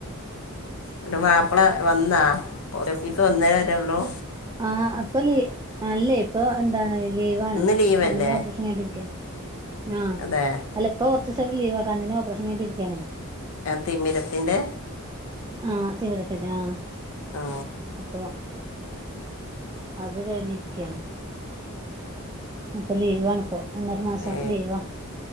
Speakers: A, on the left; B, on the right.
A: അന്റെ മാപ്പള വന്നാ? പോസ്റ്റ് ഓഫീസ് വന്നേ വരേള്ളൂ?
B: ആ ആ ഇപ്പോ ലീ അല്ലേ ഇപ്പോ എന്താണ് ലീവാണ്.
A: ഇന്ന് ലീവല്ലേ
B: കണ്ണ്ന് ഓപ്പറേഷൻ കഴ്ഞ്ഞിട്ട് ഇരിക്കാ ആ
A: അതെ
B: അല്ല ഇപ്പ കൊറച്ചൂസായിട്ട് ലീവാ കണ്ണ്ന് ഓപ്പറേഷൻ കഴ്ഞ്ഞ്ട്ടിരിക്കാണേ
A: ആ തിമിരത്തിൻ്റെ?
B: ആ തിമിരത്തിൻ്റെ ആ
A: ആ
B: അപ്പോ അത് കഴിഞ്ഞിരിക്കാണ് അപ്പോ ലീവ്വാണിപ്പോ. ഒന്നരമാസം
A: ഏ
B: ലീവാ.